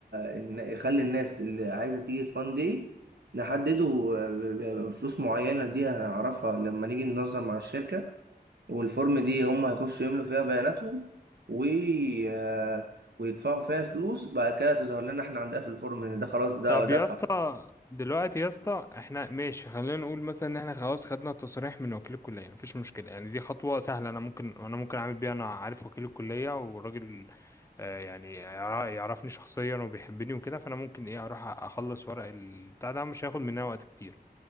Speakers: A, on the right (about 80°); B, on the left (about 15°).
A: إن- يخلي الناس اللي عايزة تيجي الفان دي نحدده آه، بفلوس معينة دي هنعرفها لما نيجي ننظم مع الشركة والفورم دي هم هيخشوا يملوا فيها بياناتهم و آه، ويدفعوا فيها فلوس بعد كده تظهر لنا احنا عندنا في الفورم ان ده خلاص ده
B: طب
A: دفع
B: يا اسطى دلوقتي يا اسطى احنا ماشي خلينا نقول مثلا ان احنا خلاص خدنا التصريح من وكيل الكليه مفيش مشكله يعني دي خطوه سهله انا ممكن انا ممكن اعمل بيها انا عارف وكيل الكليه وراجل آه يعني يع- يعرفني شخصيا وبيحبني وكده فانا ممكن ايه اروح اخلص ورق البتاع ده مش هياخد مننا وقت كتير